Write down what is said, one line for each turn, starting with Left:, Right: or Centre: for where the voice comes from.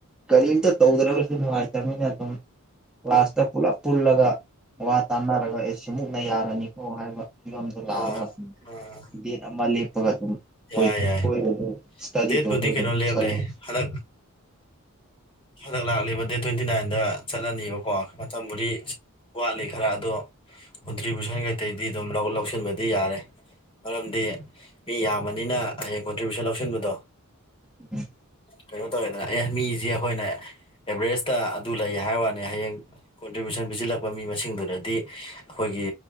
Centre: ꯀꯔꯤꯝꯇ ꯇꯧꯗ꯭ꯔꯒꯁꯨ ꯅꯨꯡꯉꯥꯏꯇꯕꯅꯤꯅ ꯑꯗꯨꯝ ꯀ꯭ꯂꯥꯁꯇ ꯄꯨꯜꯂꯞ ꯄꯨꯜꯂꯒ ꯋꯥ ꯇꯥꯅꯔꯒ ꯑꯩꯁꯤ ꯃꯨꯛꯅ ꯌꯥꯔꯅꯤꯀꯣ ꯍꯥꯏꯕ ꯐꯤꯕꯝꯗ ꯂꯥꯛꯑꯒ
Left: ꯍꯣꯏ ꯎꯝ
Centre: ꯗꯦꯠ ꯑꯃ ꯂꯦꯞꯄꯒ ꯑꯗꯨꯝ
Left: ꯌꯥꯏ
Centre: ꯑꯣꯏ
Left: ꯌꯥꯏ
Centre: ꯍꯣꯏꯅꯦ ꯑꯗꯣ ꯁꯇꯥꯗꯤ
Left: ꯗꯦꯠꯄꯨꯗꯤ
Centre: ꯇꯧꯔꯗꯣ
Left: ꯀꯩꯅꯣ
Centre: ꯑꯗꯨꯝ
Left: ꯂꯦꯞꯂꯦ
Centre: ꯆꯂꯣ
Left: ꯍꯟꯗꯛ ꯍꯟꯗꯛ ꯂꯥꯛꯂꯤꯕ ꯗꯦꯠ ꯇ꯭ꯋꯦꯟꯇꯤ ꯅꯥꯏꯟꯗ ꯆꯠꯂꯅꯤꯕꯀꯣ ꯃꯇꯝꯕꯨꯗꯤ ꯋꯥꯠꯂꯤ ꯈꯔ ꯑꯗꯣ ꯀꯣꯟꯇ꯭ꯔꯤꯕꯌꯨꯁꯟ ꯀꯩꯇꯩꯗꯤ ꯑꯗꯨꯝ ꯂꯧꯁꯤꯟꯕꯗꯤ ꯌꯥꯔꯦ ꯃꯔꯝꯗꯤ ꯗꯤ ꯃꯤ ꯌꯥꯝꯕꯅꯤꯅ ꯍꯌꯦꯡ ꯀꯣꯟꯇ꯭ꯔꯤꯕꯌꯨꯁꯟ ꯂꯧꯁꯤꯟꯕꯗꯣ
Centre: ꯎꯝ <inaudible>
Left: ꯀꯩꯅꯣ ꯇꯧꯋꯦꯗꯅ ꯑꯦ ꯃꯤꯁꯦ ꯑꯩꯈꯣꯏꯅ ꯑꯦꯚꯔꯦꯁꯇ ꯑꯗꯨ ꯂꯩ ꯍꯥꯏ ꯋꯥꯅꯦ ꯍꯌꯦꯡ ꯀꯣꯟꯇ꯭ꯔꯤꯕ꯭ꯌꯨꯁꯟ ꯄꯤꯁꯤꯜꯂꯛꯄ ꯃꯤ ꯃꯁꯤꯡꯗꯨꯗꯗꯤ ꯑꯩꯈꯣꯏꯒꯤ